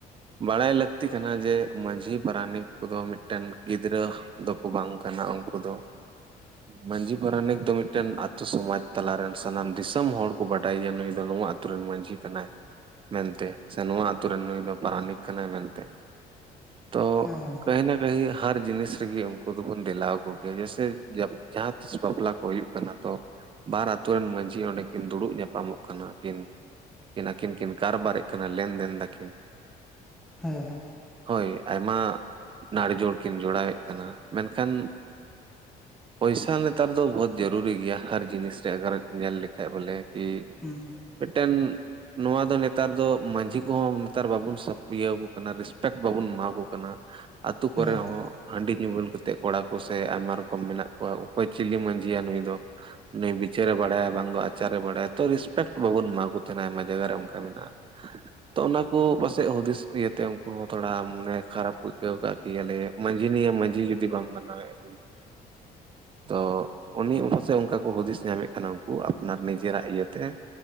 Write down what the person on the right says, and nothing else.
ᱵᱟᱲᱟᱭ ᱞᱟᱹᱠᱛᱤ ᱠᱟᱱᱟ ᱡᱮ ᱢᱟᱹᱡᱷᱤ ᱯᱟᱨᱟᱱᱤᱠ ᱠᱚᱫᱚ ᱢᱤᱫᱴᱮᱱ ᱜᱤᱫᱽᱨᱟᱹ ᱫᱚᱠᱚ ᱵᱟᱝ ᱠᱟᱱᱟ ᱩᱱᱠᱩ ᱫᱚ ᱢᱟᱹᱡᱷᱤ ᱯᱟᱨᱟᱱᱤᱠ ᱫᱚ ᱢᱤᱫᱴᱮᱱ ᱟᱛᱳ ᱥᱚᱢᱟᱡᱽ ᱛᱟᱞᱟᱨᱮᱱ ᱥᱟᱱᱟᱢ ᱫᱤᱥᱚᱢ ᱦᱚᱲ ᱠᱚ ᱵᱟᱰᱟᱭ ᱜᱮᱭᱟ ᱱᱩᱭ ᱫᱚ ᱱᱚᱣᱟ ᱟᱛ ᱨᱮᱱ ᱢᱟᱹᱡᱷᱤ ᱠᱟᱱᱟᱭ ᱢᱮᱱᱛᱮ ᱥᱮ ᱱᱚᱣᱟ ᱟᱛᱩᱨ ᱨᱮᱱ ᱱᱩᱭ ᱫᱚ ᱯᱟᱨᱟᱱᱤᱠ ᱠᱟᱱᱟᱭ ᱢᱮᱱᱛᱮ ᱛᱚ
ᱠᱟᱹᱦᱤᱱᱟ ᱠᱟᱹᱦᱤ ᱦᱟᱨ ᱡᱤᱱᱤᱥ ᱨᱮᱜᱮ ᱩᱱᱠᱩ ᱫᱚᱵᱚᱱ ᱫᱮᱞᱟᱣ ᱠᱚ ᱜᱮᱭᱟ ᱡᱮᱥᱮ ᱡᱟᱦᱟᱸ ᱛᱤᱥ ᱵᱟᱯᱞᱟ ᱠᱚ ᱦᱩᱭᱩᱜ ᱠᱟᱱᱟ ᱛᱚ ᱵᱟᱨ ᱟᱛᱳ ᱨᱮᱱ ᱢᱟᱹᱡᱷᱤ ᱚᱸᱰᱮ ᱠᱤᱱ ᱫᱩᱲᱩᱵ ᱧᱟᱯᱟᱢᱚᱜ ᱠᱟᱱᱟ ᱠᱤᱱ ᱟᱹᱠᱤᱱ ᱠᱤᱱ ᱠᱟᱨᱵᱟᱨᱮᱜ ᱠᱟᱱᱟ ᱞᱮᱱᱫᱮᱱ ᱫᱟᱹᱠᱤᱱ
ᱦᱳᱭ ᱟᱭᱢᱟ ᱱᱟᱲᱡᱳᱲ ᱠᱤᱱ ᱡᱚᱲᱟᱣᱮᱫ ᱠᱟᱱᱟ ᱢᱮᱱᱠᱷᱟᱱ ᱯᱚᱭᱥᱟ ᱱᱮᱛᱟᱨ ᱫᱚ ᱵᱚᱦᱩᱛ ᱡᱚᱨᱩᱨᱤ ᱜᱮᱭᱟ ᱦᱟᱨ ᱡᱤᱱᱤᱥ ᱨᱮ ᱟᱜᱟᱨ ᱧᱮᱞ ᱞᱮᱠᱷᱟᱡ ᱵᱚᱞᱮ ᱠᱤ
ᱢᱤᱫᱴᱮᱱ ᱱᱚᱣᱟ ᱫᱚ ᱱᱮᱛᱟᱨ ᱫᱚ ᱢᱟᱹᱡᱷᱤ ᱠᱚᱦᱚᱸ ᱱᱮᱛᱟᱨ ᱵᱟᱵᱚᱱ ᱤᱭᱟᱹ ᱟᱠᱚ ᱠᱟᱱᱟ ᱨᱮᱥᱯᱮᱠᱴ ᱵᱟᱵᱚᱱ ᱮᱢᱟ ᱠᱚ ᱠᱟᱱᱟ᱾ ᱟᱛᱳ
ᱠᱚᱨᱮ ᱦᱚᱸ ᱦᱟᱺᱰᱤ ᱧᱩ ᱵᱩᱞ ᱠᱟᱛᱮᱫ ᱠᱚᱲᱟ ᱠᱚᱥᱮ ᱟᱭᱢᱟ ᱨᱚᱠᱚᱢ ᱢᱮᱱᱟᱜ ᱠᱚᱣᱟ ᱚᱠᱚᱭ ᱪᱤᱞᱤ ᱢᱟᱹᱡᱷᱤᱭᱟ ᱱᱩᱭ ᱫᱚ ᱩᱱᱤ ᱵᱤᱪᱟᱹᱨᱮ ᱵᱟᱲᱟᱭᱟ ᱵᱟᱝ ᱫᱚ ᱟᱡ ᱫᱟᱨᱮ ᱵᱟᱲᱟᱭᱟ ᱛᱚ ᱨᱮᱥᱯᱮᱠᱴ ᱵᱟᱵᱚᱱ ᱮᱢᱟ ᱠᱚ ᱛᱟᱦᱮᱱᱟ ᱟᱭᱢᱟ ᱡᱟᱭᱜᱟ ᱨᱮ ᱚᱱᱠᱟ ᱢᱮᱱᱟᱜᱼᱟ ᱛᱚ ᱚᱱᱟ ᱠᱚ ᱯᱟᱥᱮᱡ ᱦᱩᱫᱤᱥ ᱤᱭᱟᱹᱛᱮ ᱩᱱᱠᱩ ᱦᱚᱸ ᱛᱷᱚᱲᱟ ᱢᱟᱱᱮ ᱠᱷᱟᱨᱟᱯ ᱠᱚ ᱟᱹᱭᱠᱟᱹᱣ ᱠᱟᱜ᱾ ᱠᱮᱭᱟᱞᱮ ᱢᱟᱹᱡᱷᱤ ᱱᱤᱭᱟᱹ ᱢᱟᱹᱡᱷᱤ ᱡᱩᱫᱤ ᱵᱟᱢ ᱢᱟᱱᱟᱣ <unintelligible> ᱛᱚ ᱩᱱᱤ ᱯᱟᱥᱮᱡ ᱚᱱᱠᱟ ᱠᱚ ᱦᱩᱫᱤᱥ ᱧᱟᱢᱮᱫ ᱠᱟᱱᱟ ᱩᱱᱠᱩ ᱟᱯᱱᱟᱨ ᱱᱤᱡᱮᱨᱟᱜ ᱤᱭᱟᱹᱛᱮ᱾